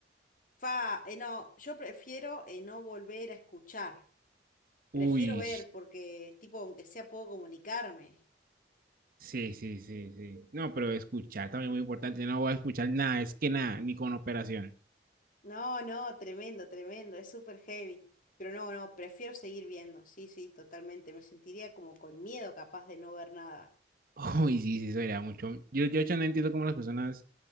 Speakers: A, on the left; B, on the right.
A: fa, eh, no, yo prefiero eh, no volver a escuchar. Prefiero
B: Uy,
A: ver porque, tipo, aunque sea, puedo comunicarme.
B: sí, sí, sí, sí. No, pero escuchar también es muy importante. Yo no voy a escuchar nada, es que nada, ni con operación.
A: No, no, tremendo, tremendo, es súper heavy. Pero no, no, prefiero seguir viendo. Sí, sí, totalmente. Me sentiría como con miedo capaz de no ver nada.
B: <laughs> Uy, sí, sí, eso sería mucho. Yo, yo de hecho no entiendo cómo las personas